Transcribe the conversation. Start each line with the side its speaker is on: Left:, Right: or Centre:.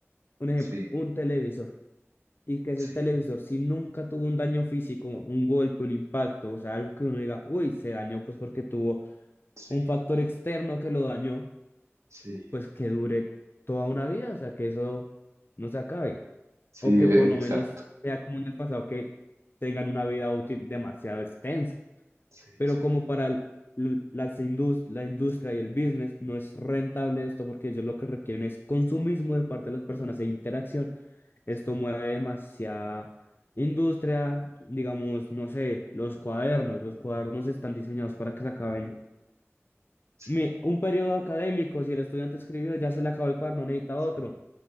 Left: un ejemplo,
Right: Sí,
Left: un televisor, y que ese
Right: sí,
Left: televisor, si nunca tuvo un daño físico, un golpe, un impacto, o sea, algo que uno diga, uy, se dañó pues porque tuvo
Right: sí,
Left: un factor externo que lo dañó
Right: sí,
Left: pues que dure toda una vida, o sea, que eso no se acabe,
Right: sí,
Left: o que
Right: e-
Left: por lo
Right: exacto.
Left: menos sea como en el pasado que tengan una vida útil demasiado extensa,
Right: Sí,
Left: pero
Right: sí,
Left: como para el- l- las indus- la industria y el business no es rentable esto porque ellos lo que requieren es consumismo de parte de las personas e interacción, esto
Right: sí,
Left: mueve demasiada industria, digamos, no sé, los cuadernos, los cuadernos están diseñados para que se acaben
Right: sí,
Left: mi- un periodo académico, si el estudiante escribió, ya se le acabó el cuaderno, necesita
Right: sí,
Left: otro.